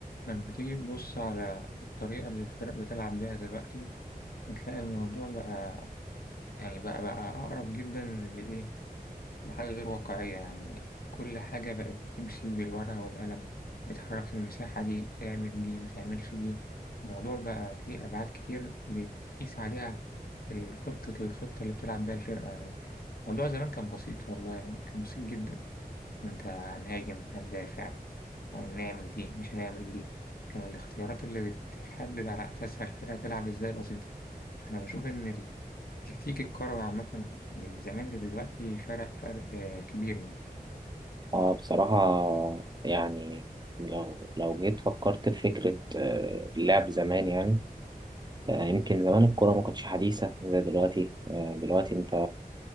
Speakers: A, on the left; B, on the right.
A: لما تيجي تبص على الطريقة اللي الفرق بتلعب بيها دلوقتي هتلاقي الموضوع بقى يعني بقى بقى أقرب جدا لإيه لحاجة غير واقعية يعني كل حاجة بقت بتمشي بالورقة والقلم اتحرك في المساحة دي اعمل دي متعملش دي الموضوع بقى فيه أبعاد كتير بتقيس عليها الخطة الخطة اللي بتلعب بيها الفرقة يعني الموضوع زمان كان بسيط والله يعني كان بسيط جدا انت هنهاجم هندافع هنعمل دي مش هنعمل دي كان الاختيارات اللي بتحدد على أساسها الفرقة تلعب إزاي بسيطة فأنا بشوف إن التكتيك الكروي عامة من زمان لدلوقتي فرق فرق آه، كبير يعني
B: اه بصراحة يعني لو لو جيت فكرت في فكرة آه، اللعب زمان يعني آه، يمكن زمان الكورة ما كانتش حديثة زي دلوقتي آه، دلوقتي انت